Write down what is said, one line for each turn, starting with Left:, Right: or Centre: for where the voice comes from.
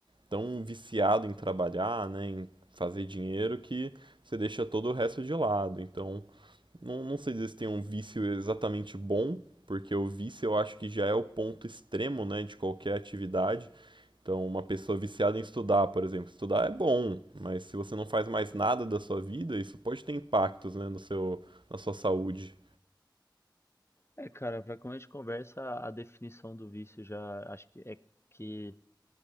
Right: tão viciado em trabalhar, né, em fazer dinheiro que você deixa todo o resto de lado. Então, não, não sei dizer se tem um vício exatamente bom, porque o vício eu acho que já é o ponto extremo, né, de qualquer atividade. Então, uma pessoa viciada em estudar, por exemplo, estudar é bom, mas se você não faz mais nada da sua vida, isso pode ter impactos, né, no seu, na sua saúde.
Left: É, é, cara, pra começo de conversa, a a definição do vício já acho que é que